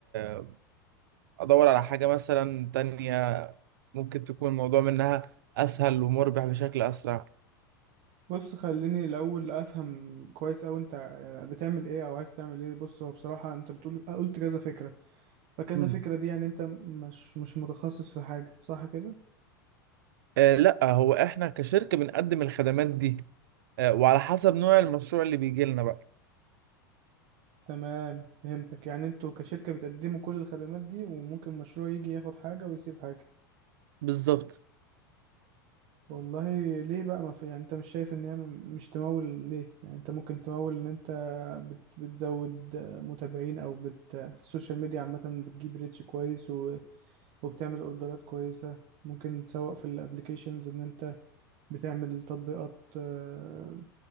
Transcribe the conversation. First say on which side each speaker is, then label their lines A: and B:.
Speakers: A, on the right; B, on the right.
A: آه، ادور على حاجة مثلا تانية ممكن تكون الموضوع منها اسهل ومربح بشكل اسرع؟
B: بص خليني الأول أفهم كويس أوي أنت آه، بتعمل إيه أو عايز تعمل إيه بص هو بصراحة أنت بتقول آه، قلت كذا فكرة فكذا
A: مم.
B: فكرة دي يعني أنت مش مش متخصص في حاجة صح كده؟
A: آه، لا هو احنا كشركة بنقدم الخدمات دي آه، وعلى حسب نوع المشروع اللي بيجي لنا بقى
B: تمام فهمتك يعني أنتوا كشركة بتقدموا كل الخدمات دي وممكن مشروع يجي ياخد حاجة ويسيب حاجة
A: بالظبط
B: والله ليه بقى ما في يعني انت مش شايف ان هي م- مش تمول ليه يعني انت ممكن تمول ان انت بت... بتزود آه، متابعين او بت... في السوشيال ميديا عامة بتجيب ريتش كويس و... وبتعمل اوردرات كويسة ممكن تسوق في الابليكيشنز ان انت بتعمل تطبيقات آه،